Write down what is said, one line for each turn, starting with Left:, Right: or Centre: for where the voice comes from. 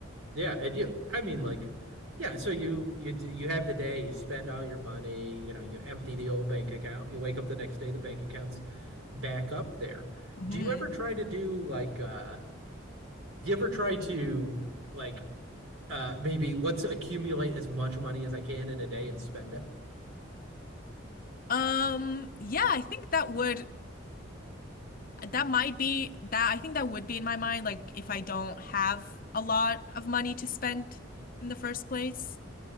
Right: Yeah. And you I mean like yeah, so you you d- you have the day, you spend all your money, you know, you empty the old bank account, you wake up the next day, the bank account's back up there.
Left: hmm
Right: Do you ever try to do like uh do you ever try to like uh maybe let's accumulate as much money as I can in a day and spend it.
Left: Um, yeah, I think that would. That might be that I think that would be in my mind, like if I don't have a lot of money to spend in the first place.